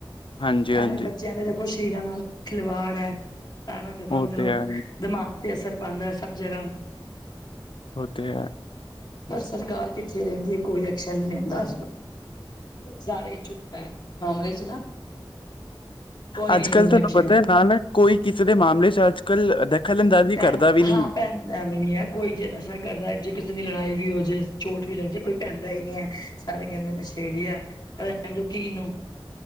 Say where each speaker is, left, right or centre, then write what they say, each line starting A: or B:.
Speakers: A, on the left; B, on the left.
A: ਹਾਂਜੀ ਹਾਂਜੀ
B: ਐਵੇਂ ਬੱਚੇਆਂ ਦੇ ਸ਼ਰੀਰਾਂ ਨਾਲ ਖਿਲਵਾੜ ਐ। ਸਾਰਾ ਦੇਖੋ
A: ਉਹ
B: ਅੰਦਰੋਂ
A: ਤੇ ਹੈ
B: ਦਿਮਾਗ ਤੇ ਅਸਰ ਪਾਂਦਾ ਐ ਸਭ ਜਗ੍ਹਾ।
A: ਓ ਤੇ ਹੈ।
B: ਪਰ ਸਰਕਾਰ ਪਿਛੇ ਰਹਿੰਦੀ ਏ। ਕੋਈ ਐਕਸ਼ਨ ਨਈ ਲੈਂਦਾ। ਸਾਰੇ ਈ ਚੁੱਪ ਐ ਇਸ ਮਾਮਲੇ ਚ ਨਾ। ਕੋਈ
A: ਅੱਜ
B: ਨੀ ਲੈਂਦਾ
A: ਕੱਲ੍ਹ ਤੁਹਾਨੂੰ
B: ਐਕਸ਼ਨ
A: ਪਤਾ ਐ ਨਾਲ ਨਾ ਕੋਈ ਕਿਸੇ ਦੇ ਮਾਮਲੇ ਚ ਅੱਜ ਕੱਲ ਦਖਲਅੰਦਾਜ਼ੀ
B: ਭੈਣ
A: ਕਰਦਾ
B: ਦਾ
A: ਵੀ
B: ਹਾਂ
A: ਨੀ।
B: ਭੈਣ ਐਵੇਂ ਨੀ ਐ ਕੋਈ ਜੇ ਨਸ਼ਾ ਕਰਦਾ ਜੇ ਕਿਸੇ ਦੀ ਲੜਾਈ ਵੀ ਹੋ ਜੇ ਚੋਟ ਵੀ ਲੱਗ ਜੇ ਕੋਈ ਪੈਂਦਾ ਈ ਨੀ ਐ। ਸਾਰੇ ਕਹਿੰਦੇ ਨਸ਼ੇੜੀ ਆ ਕਹਿਣ ਦੈ ਤੈਨੁ ਕੀ ਨੂੰ